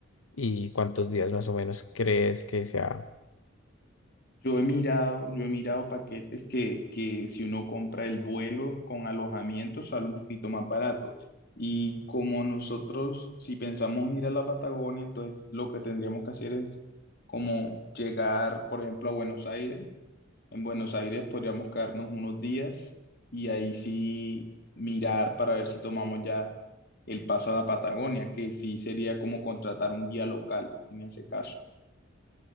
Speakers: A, on the left; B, on the left.
A: ¿Y cuántos días más o menos crees que sea?
B: Yo he mirado, yo he mirado paquetes que, que si uno compra el vuelo con alojamiento sale un poquito más barato. Y como nosotros, si pensamos ir a la Patagonia, entonces lo que tendríamos que hacer es como llegar, por ejemplo, a Buenos Aires. En Buenos Aires podríamos quedarnos unos días y ahí sí mirar para ver si tomamos ya el paso a la Patagonia, que sí sería como contratar un guía local en ese caso.